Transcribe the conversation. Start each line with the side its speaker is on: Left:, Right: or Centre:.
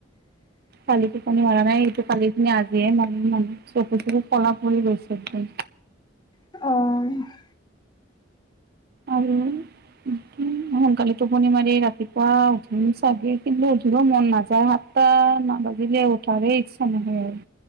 Left: <unintelligible>
Right: কালি টোপনি মৰা নাই, সেইটো কালিখিনি আজিয়ে মাৰিম মানে চকু তকু কলা পৰি গৈছে একদম।
Left: অহ।
Right: আৰু
Left: <inaudible>
Right: কি সোনকালে টোপনি মাৰি ৰাতিপুৱা উঠিম চাগে, কিন্তু উঠিব মন নাযায় হা সাতটা নাবাজিলেই উঠাৰেই ইচ্ছা নহয় আৰু।